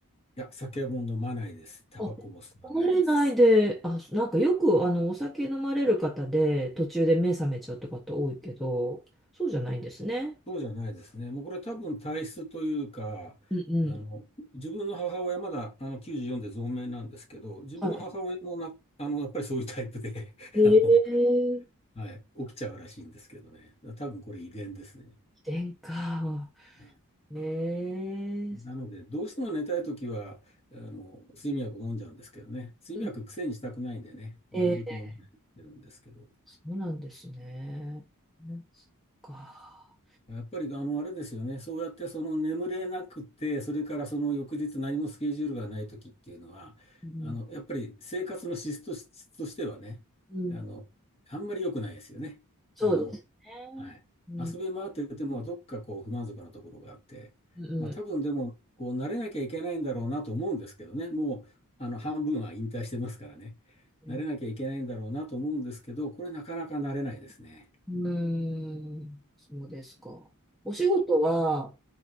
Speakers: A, on the left (about 25°); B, in the centre.
A: いや、酒も飲まないです。タバコも吸わないです。
B: あ、飲まれないで、あ、なんかよく、あの、お酒飲まれる方で、途中で目覚めちゃうって方多いけど、そうじゃないんですね。
A: そうじゃないですね。もうこれ多分体質というか、
B: うんうん。
A: あの、自分の母親まだあの94で存命なんですけど、自分の母親もな、
B: は
A: あの、やっぱりそういうタイプで、<laughs>
B: い。ええー、
A: あの、
B: 遺
A: はい、起きちゃうらしいんですけどね。多分これ遺伝ですね。
B: 伝か。
A: はい、
B: ねえ。
A: なので、どうしても寝たいときは、あの、睡眠薬を飲んじゃうんですけどね。睡眠薬癖にしたくないんでね、
B: うん
A: なるべく飲まないようにしてるんですけど。
B: ええ、そうなんですね。ねそっか。
A: やっぱり、あの、あれですよね。そうやって、その眠れなくて、それからその翌日何もスケジュールがない時っていうのは、
B: うん、
A: あの、やっぱり生活の質と質としてはね、
B: うん、
A: あの、あんまり良くないですよね。
B: そうですね。
A: あの、はい。
B: うん、
A: 遊び回ってても、どっかこう不満足なところがあって、
B: うん、
A: まあ多分でも、こう慣れなきゃいけないんだろうなと思うんですけどね。もう、あの、半分は引退してますからね。
B: うん、
A: 慣れなきゃいけないんだろうなと思うんですけど、これなかなか慣れないですね。
B: うんそうですか。お仕事は、